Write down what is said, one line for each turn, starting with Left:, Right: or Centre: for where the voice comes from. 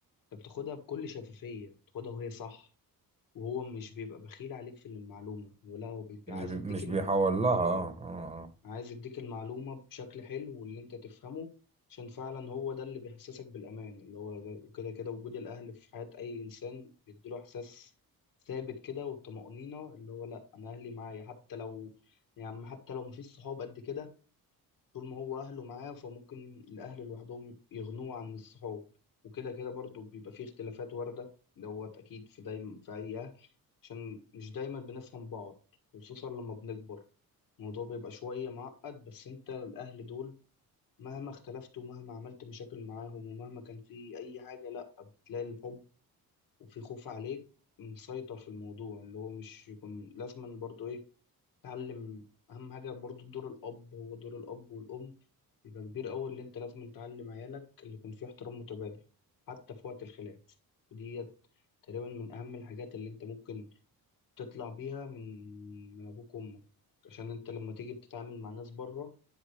Left: أنت بتاخدها بكل شفافية بتاخدها وهي صح وهو مش بيبقى بخيل عليك في المعلومة ولا هو بيبقى
Right: مش
Left: عايز
Right: بي...
Left: يديك
Right: مش
Left: الم...
Right: بيحول لها
Left: اه
Right: اه اه اه
Left: عايز يديك المعلومة بشكل حلو واللي انت تفهمه عشان فعلا هو ده اللي بيحسسك بالأمان اللي هو ده- كده كده وجود الأهل في حياة أي إنسان بيديله إحساس ثابت كده والطمأنينة اللي هو لأ أنا أهلي معايا حتى لو يعني حتى لو مفيش صحاب قد كده طول ما هو أهله معاه فممكن الأهل لوحدهم يغنوه عن الصحاب وكده كده برضو بيبقى فيه اختلافات واردة دوت أكيد في دايما في أي أهل عشان مش دايما بنفهم بعض خصوصا لما بنكبر الموضوع بيبقى شوية معقد بس أنت الأهل دول مهما اختلفت ومهما عملت مشاكل معاهم ومهما كان في أي حاجة لأ بتلاقي الحب وفي خوف عليك مسيطر في الموضوع اللي هو مش يكون لازما برضو ايه تعلم اهم حاجة برضو دور الاب هو دور الاب والام بيبقى كبير قوي اللي انت لازم تعلم عيالك اللي يكون فيه احترام متبادل حتى في وقت الخلاف ودي تقريبا من اهم الحاجات اللي انت ممكن تطلع بيها من من ابوك وامك عشان انت لما تيجي بتتعامل مع ناس بره